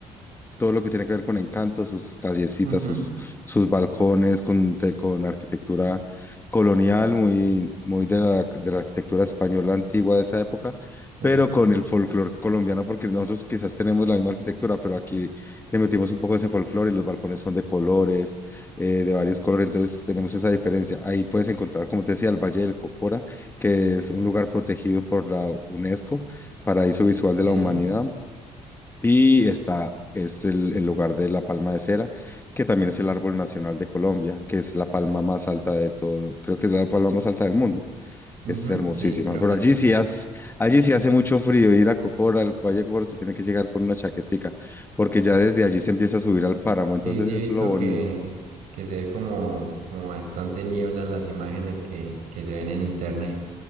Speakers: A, on the left; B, on the right.
A: todo lo que tiene que ver con encanto, sus callecitas,
B: Ujú,
A: sus, sus balcones, con, te- con arquitectura colonial, muy, muy de la, de la arquitectura española antigua de esa época,
B: sí,
A: pero con el folclore colombiano, porque nosotros quizás tenemos la misma arquitectura, pero aquí le metimos un poco de ese folclore y los balcones son de colores, eh, de varios colores, entonces tenemos esa diferencia. Ahí puedes encontrar, como te decía, el Valle del Cocora, que es un lugar protegido por la UNESCO, Paraíso Visual de
B: sí,
A: la Humanidad y está, es el, el lugar de la palma de cera, que también es el árbol nacional de Colombia, que es la palma más alta de todo, creo que es la palma más alta del mundo.
B: ujú,
A: Es hermosísima,
B: sí, creo
A: pero
B: que
A: allí
B: sí.
A: sí hace, allí sí hace mucho frío. Ir a Cocora, al Valle de Cocora, se tiene que llegar con una chaquetica, porque ya desde allí se empieza a subir al páramo, entonces
B: Sí, sí
A: eso
B: he
A: es
B: visto
A: lo bonito.
B: que, que se ve como, como bastante niebla en las imágenes que, que se ven en internet.